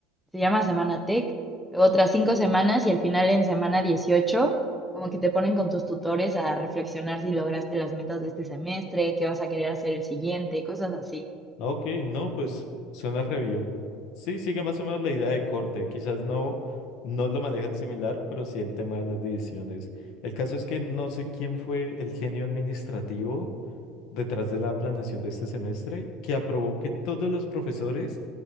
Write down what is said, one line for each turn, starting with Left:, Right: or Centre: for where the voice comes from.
Centre: se llama semana tech, luego otras cinco semanas y al final en semana 18 como que te ponen con tus tutores a reflexionar si lograste las metas de este semestre, qué vas a querer hacer el siguiente, cosas así.
Left: Ok, no, pues suena re bien. Sí, sigue más o menos la idea de corte. Quizás no, no lo manejan similar, pero sí el tema de las divisiones. El caso es que no sé quién fue el genio administrativo detrás de la planeación de este semestre que aprobó que todos los profesores